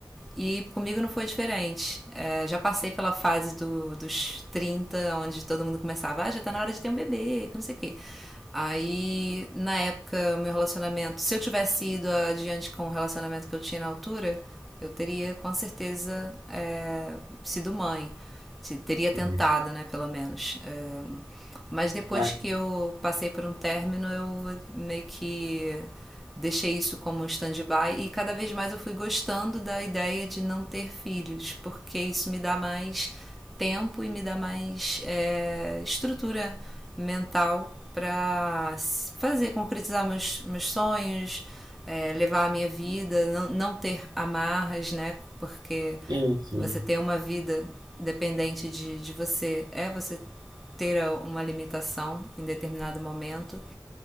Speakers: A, in the centre; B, on the right.
A: E comigo não foi diferente. É, já passei pela fase do, dos 30 onde todo mundo começava, ah, já tá na hora de ter um bebê, que não sei o quê. Aí, na época, meu relacionamento, se eu tivesse ido adiante com o relacionamento que eu tinha na altura, eu teria com certeza é, sido mãe. Teria
B: tem-
A: tentado, né, pelo menos. É, mas depois
B: Mas,
A: que eu passei por um término, eu meio que deixei isso como um stand-by e cada vez mais eu fui gostando da ideia de não ter filhos, porque isso me dá mais tempo e me dá mais é, estrutura mental para fazer, concretizar meus, meus sonhos, é, levar a minha vida, não, não ter amarras, né? Porque
B: enfim.
A: você ter uma vida dependente de, de você é você ter uma limitação em determinado momento